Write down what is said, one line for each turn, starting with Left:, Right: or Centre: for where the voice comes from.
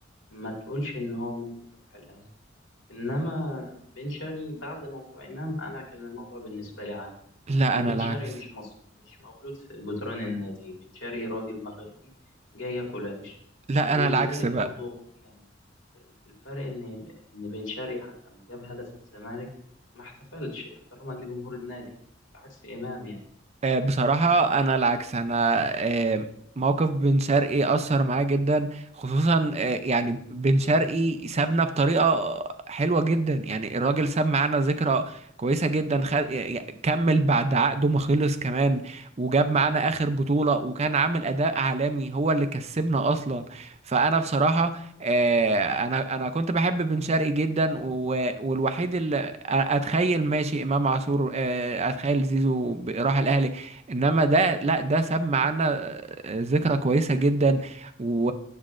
Left: ما تقولش إن هو ممكن يروح الأهلي انما بن شرقي بعد موضوع امام انا كان الموضوع بالنسبه لي عادي
Right: لا
Left: ان
Right: انا
Left: بن
Right: العكس
Left: شرقي مش مصري مش مولود في جدران النادي بن شرقي راجل مغربي جاي ياكل عيش
Right: لا
Left: ولذلك
Right: انا العكس بقى
Left: برضو يعني الفرق ان ان بن شرقي حتى لما جاب هدف في الزمالك ما احتفلش احتراما لجمهور النادي بعكس امام يعني
Right: آه، بصراحة أنا العكس أنا آه، موقف بن شرقي أثر معايا جدا خصوصا آه، يعني بن شرقي سابنا بطريقة حلوة جدا يعني الراجل ساب معانا ذكرى كويسة جدا خد... يع- كمل بعد عقده ما خلص كمان وجاب معانا آخر بطولة وكان عامل أداء عالمي هو اللي كسبنا أصلا فأنا بصراحة آه، أنا أنا كنت بحب بن شرقي جدا و... والوحيد اللي أ- أتخيل ماشي إمام عاشور آه، أتخيل زيزو ب- راح الأهلي انما ده لا ده سمع عنا ذكرى كويسه جدا و...